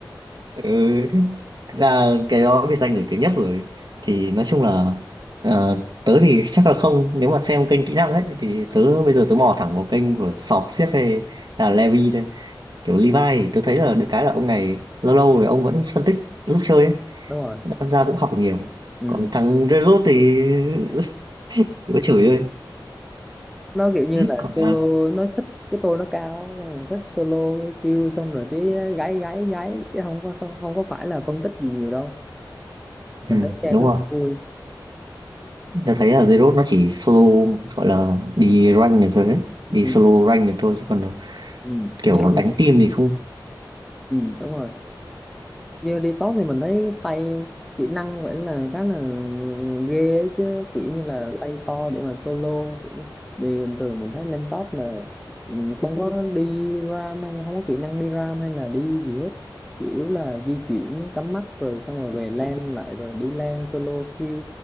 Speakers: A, on the right (about 60°); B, in the centre.
A: Ừ. Thực ra cái đó cái danh nổi tiếng nhất rồi. Thì nói chung là ờ, tớ thì chắc là không, nếu mà xem kênh kỹ năng ấy thì tớ bây giờ tớ mò thẳng vào kênh của Sọp xiếc hay là Levi thôi. Kiểu Levi thì tớ thấy là được cái là ông này lâu lâu rồi ông vẫn phân tích lúc chơi ấy
B: Đúng rồi.
A: tham gia cũng học được nhiều
B: Ừ.
A: còn thằng Zerot thì <laughs> chỉ có chửi thôi
B: nó kiểu như là
A: còn
B: solo
A: à,
B: nó thích cái tôi nó cao xong rồi thích solo kêu xong rồi cái gái gái gái chứ không có không, không có phải là phân tích gì nhiều đâu mình
A: ừ,
B: thấy xem
A: đúng
B: nó
A: rồi
B: cũng vui
A: ta thấy là Zerot nó chỉ solo gọi là đi rank được thôi ấy. đi
B: ừ.
A: solo rank được thôi chứ còn à,
B: Ừ.
A: kiểu
B: như
A: đánh team thì không
B: ừ, đúng rồi như đi top thì mình thấy tay kỹ năng vậy là khá là ghê ấy chứ kiểu như là tay to để mà solo Kiểu- vì bình thường mình thấy lên top là ừ, không có đi ram hay không có kỹ năng đi ram hay là đi gì hết chủ yếu là di chuyển cắm mắt rồi xong rồi về lane lại rồi đi lane solo kill